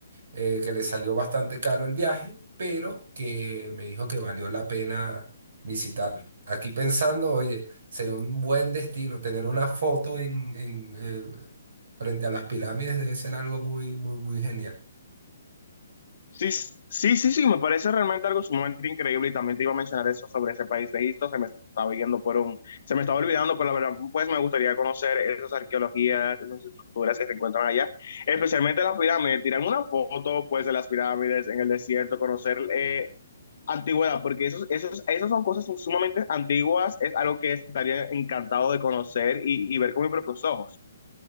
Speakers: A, on the right; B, on the left.
A: eh, que le salió bastante caro el viaje, pero que me dijo que valió la pena visitarla. Aquí pensando, oye, sería un buen destino tener una foto en, en, eh, frente a las pirámides debe ser algo muy, muy, muy genial.
B: Sí, s- sí, sí, sí, me parece realmente algo sumamente increíble y también te iba a mencionar eso sobre ese país de Egipto, se me estaba yendo por un, se me estaba olvidando, pero la verdad, pues me gustaría conocer esas arqueologías, esas estructuras que se encuentran allá, especialmente las pirámides, tirar una foto pues de las pirámides en el desierto, conocer eh, antigüedad, porque esos, esos, esas son cosas sumamente antiguas, es algo que estaría encantado de conocer y, y ver con mis propios ojos.